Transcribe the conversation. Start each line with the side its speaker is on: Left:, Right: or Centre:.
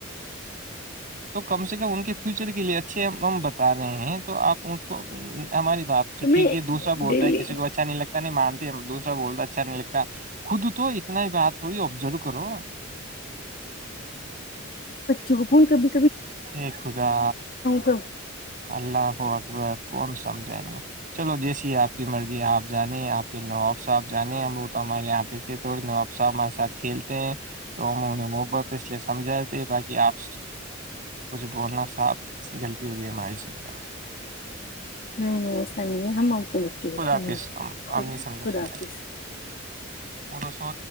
Right: تو کم سے کم ان کے فیوچر کے لیے اچھے بتا رہے ہیں تو آپ اچ ہماری بات تو
Left: تمہیں
Right: ٹھیک ہے دوسرا بولتا
Left: ڈیلی
Right: ہے کسی کو اچھا نہیں لگتا نہیں مانتے دوسرا بولتا اچھا نہیں لگتا خود تو اتنا ہی بات تھوڑی ابزرو کرو
Left: جوون کا بھی
Right: ا خدا
Left: تب
Right: اللہ ہو اکبر کون سم وہ چلو جیسی ہے آپ کی مرضی ہے آپ جانے ہیں آپ کے نواب صاحب جانے ہم وہ تو ہمارے یہاں دیتے تھڑے نواب صاحب ہمارےاتھ کھیلتے ہیں تو ہم انہیں محبت اس لیے سمجھائے تے باقی آپ کچھ بولنا صاف غلطی ہوگی ہماری سے <inaudible>
Left: نہیں نہیں ایس سے ہم آ بچے کو
Right: خدا
Left: ف
Right: حافظ ہم ہم نہیں سمجھا
Left: خدا
Right: سکتے
Left: حافظ
Right: وہ تو سو